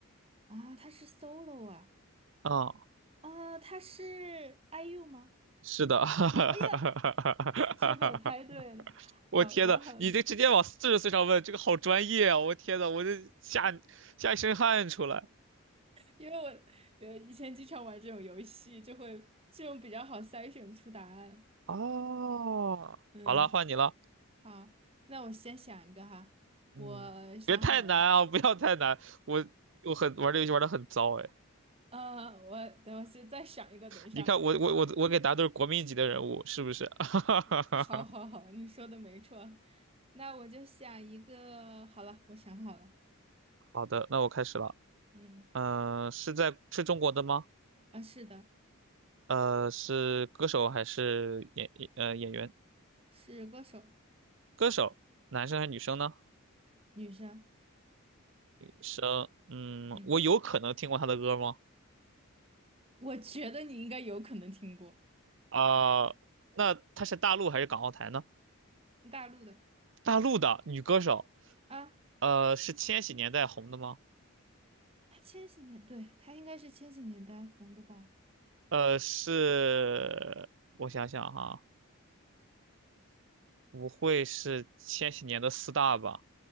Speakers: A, on the right (about 25°); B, on the right (about 60°).
A: 啊，他是 solo 啊，
B: 啊、
A: 啊，他是 IU 吗？
B: 是的，<laughs>
A: 哎呀，居然被我猜对了。
B: 我天呐，
A: 好的，好的，
B: 你这直接往四十岁上问，这个好专业啊！我天呐，我这吓吓一身汗出来。
A: 因为我呃以前经常玩这种游戏，就会这种比较好筛选出答案。
B: 哦，
A: 嗯，
B: 好了，换你了，
A: 好，那我先想一个哈，
B: 嗯，
A: 我想好了，
B: 别太难啊，不要太难。我我很玩这游戏玩的很糟哎，
A: 呃，我等我先再想一个，等一下，
B: 你看我我我我给答都是国民级的人物，是不是？<laughs>
A: <laughs> 好好好，你说的没错。那我就想一个，好了，我想好了。
B: 好的，那我开始了。
A: 嗯，
B: 嗯、是在是中国的吗？
A: 啊，是的，
B: 呃，是歌手还是演呃演员？
A: 是歌手，
B: 歌手，男生还是女生呢？
A: 女生。
B: 生，嗯，
A: 嗯，
B: 我有可能听过她的歌吗？
A: 我觉得你应该有可能听过
B: 啊、那她是大陆还是港澳台呢？
A: 大陆的
B: 大陆的女歌手，
A: 啊，
B: 呃，是千禧年代红的吗？
A: 她千禧年，对，她应该是千禧年代红的吧？
B: 呃，是，我想想哈，不会是千禧年的四大吧？